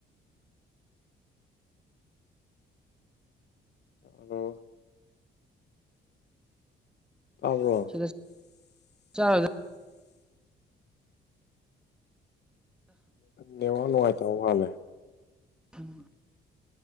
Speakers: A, on the left (about 55°); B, in the centre.
A: ꯑꯗꯣ ꯇꯥꯕ꯭ꯔꯣ
B: <unintelligible> ꯆꯔꯣꯢꯗ
A: ꯅꯦꯠꯋꯥꯛ ꯅꯨꯡꯉꯥꯏꯇꯕ ꯃꯥꯂꯦ
B: <unintelligible>